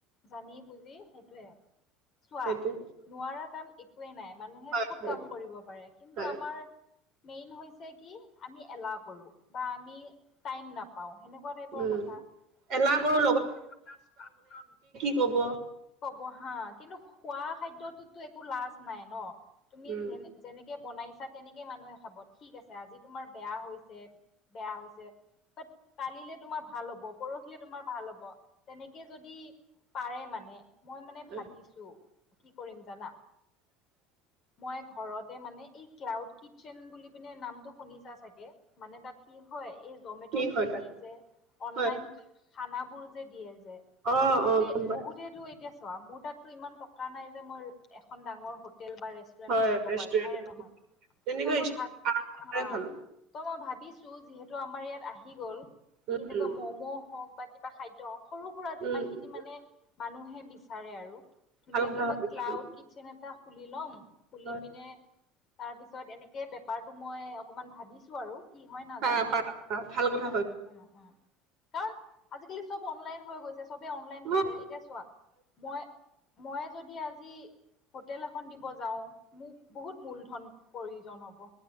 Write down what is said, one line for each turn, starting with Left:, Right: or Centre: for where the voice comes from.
Left: জানি বুজি সেইটয়ে চোৱা
Right: সেইটোৱে,
Left: নোৱাৰা কাম একোৱেই নাই মানুহে
Right: হয়,
Left: চব
Right: হয়।
Left: কাম কৰিব পাৰে কিন্তু
Right: হয়
Left: আমাৰ মেইন হৈছে কি আমি এলাহ কৰোঁ বা আমি টাইম নাপাওঁ সেনেকুৱা টাইপৰ
Right: উম
Left: কথা কিন্তু
Right: এলাহ কৰো
Left: এতিয়া <inaudible>
Right: ল'ব।
Left: বহা কিন্তু খোৱা খাদ্যতো একো লাজ নাই ন? তুমি
Right: উম
Left: যেনে যেনেকে বনাই ছা তেনেকে মানুহে খাব ঠিক আছে আজি তোমাৰ বেয়া হৈছে, বেয়া হৈছে বাট কালিলে তোমাৰ ভাল হ'ব পৰহিলে তোমাৰ ভাল হ'ব তেনেকে যদি পাৰে মানে মই মানে
Right: হয়,
Left: ভাবিছো কি কৰিম জানা
Right: <inaudible>
Left: মই ঘৰতে মানে এই ক্লাউড কিটচেন বুলি পিনে নামটো শুনিছা চাগে? মানে তাত কি হয় এই জমেট
Right: কি
Left: চুইগি
Right: হয় তাত
Left: যে অনলাইন
Right: হয়
Left: খান বোৰ যে দিয়ে যে
Right: অ
Left: বহুতে
Right: অ গম পাই
Left: বহু সটো এতিয়া চোৱা মোৰ তাতটো ইমান টকা নাই যে মই এখন ডাঙৰ হোটেল বা ৰেষ্টুৰেণ্ট
Right: হয়
Left: খুলিব
Right: ৰেষ্টুৰেণ্ট
Left: পাৰোঁ হয়নে নহয়?
Right: তেনেকৈ
Left: ত মই
Right: ইচ
Left: ভাত
Right: আৰাম
Left: হা,
Right: কৰাই ভাল
Left: ত মই ভাত ভাবিছো যিহেতু আমাৰ ইয়াত আহি গ'ল
Right: উম
Left: কেনেকুৱা
Right: উম
Left: ম'ম' হওক বা কিবা খাদ্য হওক সৰু সুৰা
Right: উম
Left: যিমান খিনি মানে মানুহে বিচাৰে আৰু ধুনীয়াকে
Right: ভাল কথা ভাবিছো।
Left: মই ক্লাউড কিটচেন এটা খুলি ল'ম। খুলি
Right: হয়,
Left: পিনে তাৰ পিছত এনেকে বেপাৰটো মই অকমান ভাবিছো আৰু কি হয় নাজানো?
Right: পা পা ভাল কথা
Left: উম
Right: হয়
Left: উম উম। কাৰণ আজিকালি চব অনলাইন হৈ গৈছে চবে অনলাইন
Right: অ
Left: বিচাৰে। এতিয়া চোৱা মই মই যদি আজি হোটেল এখন দিব প্ৰয়োজন হ'ব